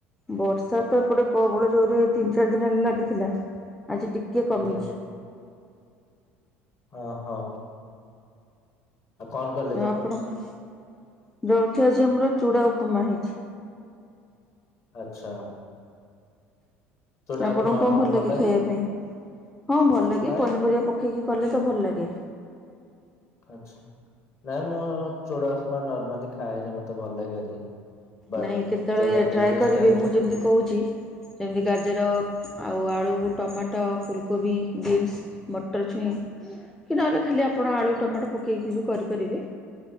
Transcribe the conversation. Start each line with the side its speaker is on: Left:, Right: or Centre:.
Centre: ବର୍ଷା ତ ଏପଟେ ପ୍ରବଳ ଜୋର୍ରେ ତିନି ଚାରି ଦିନ୍ ହେଲା ଲାଗିଥିଲା ଆଜି ଟିକେ କମିଛି।
Left: ଆଜ୍ଞା ଅ ହଁ। କଲ୍ କର
Centre: ଆଉ ଆପଣଙ୍କ ଜଳଖିଆ ଆଜି ଆମର ଚୁଡ଼ା ଉପମା ହେଇଛି।
Left: ଆଚ୍ଛା। ଚୁଡା
Centre: ଆପଣଙ୍କୁ
Left: ଉପମା
Centre: କଣ ଭଲ୍ ଲାଗେ
Left: ଭଲ
Centre: ଖାଇବା ପାଇଁ, ହଁ ଭଲ ଲାଗେ
Left: ନାଇଁ
Centre: ପନିପରିବା ପକେଇକି କଲେ ତ ଭଲ ଲାଗେ।
Left: ଆଛା, ନାଇଁ ମୁଁ ଚୁଡ଼ା ଉପମା ନର୍ମାଲି ଖାଏନି ମତେ ଭଲ ଲାଗେନି। ବଟ୍
Centre: ନାଇଁ କେତେବେଳେ
Left: ଯୋଉଟା ଦିଲ୍ଲୀ
Centre: ଟ୍ରାଏ କରିବେ
Left: ଷ୍ଟାଇଲରେ
Centre: ମୁଁ ଯେମିତି କହୁଛି। ଯେମିତି ଗାଜର ଆଉ ଆଳୁ, ଟମାଟ, ଫୁଲକୋବି, ବିଟ୍। ମଟର ଛୁଇଁ କି ନହେଲେ ଖାଲି ଆପଣ ଆଳୁ, ଟମାଟ ପକେଇକି ବି କରିପାରିବେ।